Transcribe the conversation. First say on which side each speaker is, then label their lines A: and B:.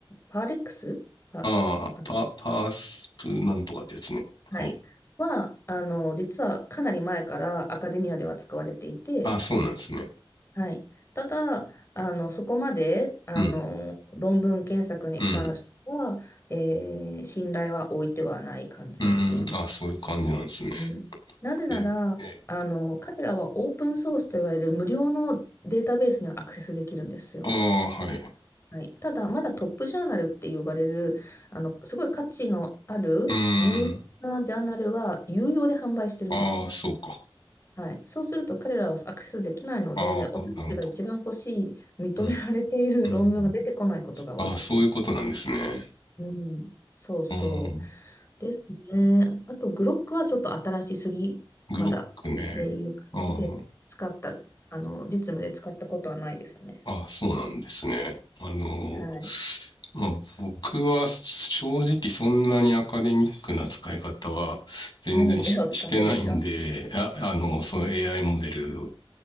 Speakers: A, on the left (about 30°); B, on the left (about 50°).
A: パーレックスパ、
B: ああ、
A: あ
B: パ、パースプなんとかってやつね。
A: はい。
B: はい。
A: は、あのー、実はかなり前からアカデミアでは使われていて、
B: ああ、そうなんですね。
A: はい。ただ、あの、そこまで、あのー、
B: うん、
A: 論文検索に関しては、
B: うん、
A: えー信頼は置いてはない感じですね。
B: うん。ああ、そういう感じなんですね。
A: うん。なぜなら、
B: ええ
A: あの、彼らはオープンソースといわれる無料のデータベースにはアクセスできるんですよ。
B: ああ、はい。
A: はい、ただ、まだトップジャーナルって呼ばれる、あの、すごい価値のある有料なジャーナルは有料で販売してるんですよ。
B: うーん。ああ、そうか。
A: はい、そうすると彼らはアクセスできないので、
B: ああ、
A: 私たちが一番欲しい、
B: なるほど。
A: 認められている
B: うん、うん。
A: <laughs> 論文が出てこないことが多いですね。
B: ああ、そういうことなんですね。
A: うん、そうそう。
B: うん。
A: ですね。あと、グロックはちょっと新しすぎ、
B: グロックね。
A: まだっていう感じで、
B: ああ。
A: 使った、あの、実務で使ったことはないですね。
B: あ、そうなんですね。あの、
A: はい。
B: まあ、僕は正直そんなにアカデミックな使い方は全然し、
A: 何を使ってですか
B: してないんで、あ、あの、その AI モデル